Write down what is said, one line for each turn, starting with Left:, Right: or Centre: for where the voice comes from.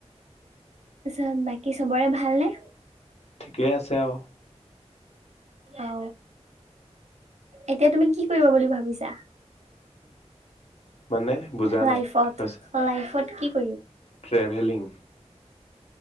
Right: তাৰছত বাকী চবৰে ভালনেে
Left: ঠিকেই আছে আৰু
Right: অ এতিয়া তুমি কি কৰিব বুলি ভাবিছা
Left: <inaudible> মানে বুজা
Right: লাইফত,
Left: নাই কি কৈছে?
Right: লাইফত কি <unintelligible>
Left: ট্ৰেভেলিং